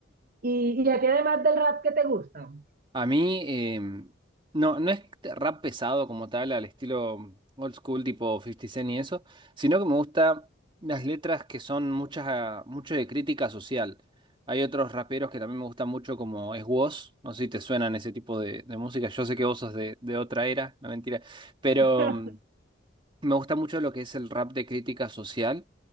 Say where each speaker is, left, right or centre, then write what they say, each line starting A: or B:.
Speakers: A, on the right (about 50°); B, on the right (about 25°).
A: ¿Y, y a ti además del rap qué te gusta?
B: A mí, em, no, no es rap pesado como tal, al estilo old school, tipo Fifty Cent y eso, sino que me gustan las letras que son muchas, ah, mucho de crítica social. Hay otros raperos que también me gustan mucho, como es Woz, no sé si te suenan ese tipo de, de música. Yo sé que vos sos de, de otra era, no mentira, pero
A: <laughs>
B: mm, me gusta mucho lo que es el rap de crítica social